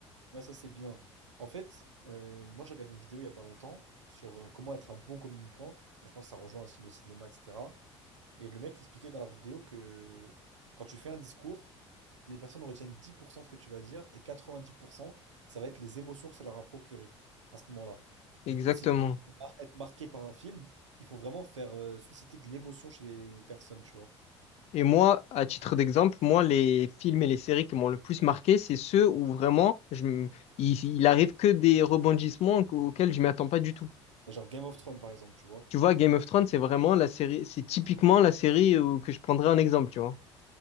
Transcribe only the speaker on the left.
exactement.
Et moi, à titre d'exemple, moi, les films et les séries qui m'ont le plus marqué, c'est ceux où vraiment, je... m- il... il arrive que des rebondissements qu- auxquels je m'attends pas du tout.
Tu vois, Game of Thrones, c'est vraiment la série, c'est typiquement la série euh, que je prendrais en exemple, tu vois.